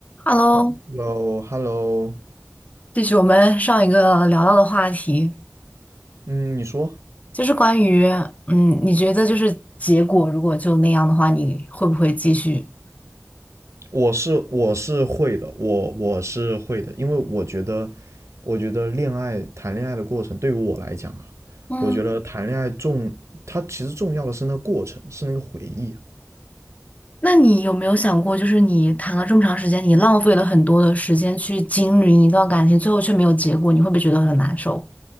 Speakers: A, on the left (about 30°); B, on the right (about 70°).
A: Hello，
B: Hello，Hello，
A: 继续我们上一个聊到的话题，
B: 嗯，你说，
A: 就是关于，嗯，你觉得就是结果如果就那样的话，你会不会继续？
B: 我是我是会的，我我是会的，因为我觉得，我觉得恋爱谈恋爱的过程对于我来讲啊，
A: 嗯，
B: 我觉得谈恋爱重，它其实重要的是那个过程，是那个回忆啊。
A: 那你有没有想过，就是你谈了这么长时间，你浪费了很多的时间去经营一段感情，最后却没有结果，你会不会觉得很难受？